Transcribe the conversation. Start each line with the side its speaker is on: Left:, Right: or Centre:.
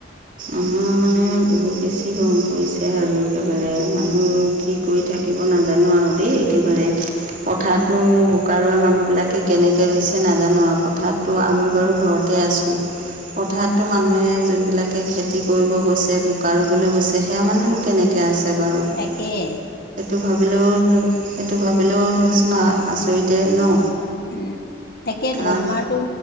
Right: আমাৰ মানে বহুত বেছি গৰম পৰিছে আৰু একেবাৰে মানুহ কি কৰি থাকিব নাজানো আৰু দেই একেবাৰে পথাৰতনো বোকা ৰোৱা মানুহবিলাকে কেনেকে ৰুইছে নাজানো আৰু পথাৰতটো আমি বাৰু ঘৰত তে আছোঁ। পথাৰতটো মানুহে যোনবিলাকে খেতি কৰিব গৈছে বোকা ৰুবলৈ গৈছে সেয়া মানুহনো কেনেকে কে আছে বাৰু
Left: তাকে
Right: সেইটো ভাবিলেও ধৰ সেইটো ভাবিলেও ধৰ চোন আচৰিতে ন।
Left: উম, তাকেতো
Right: কাৰণ
Left: আমাৰ তো